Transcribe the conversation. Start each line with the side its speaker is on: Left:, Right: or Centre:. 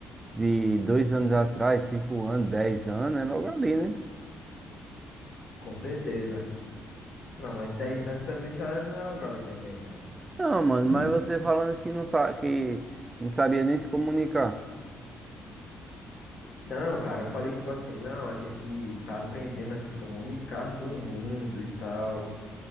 Right: de dois anos atrás, cinco anos, dez anos, é logo ali, né?
Left: com certeza. Não, mas 10 anos também já não é logo ali também, não.
Right: Não, mano, mas
Left: Hum.
Right: você falando que não sabe, que não sabia nem se comunicar.
Left: Não, cara, eu falei tipo assim, não, a gente tá aprendendo a se comunicar com o mundo e tal,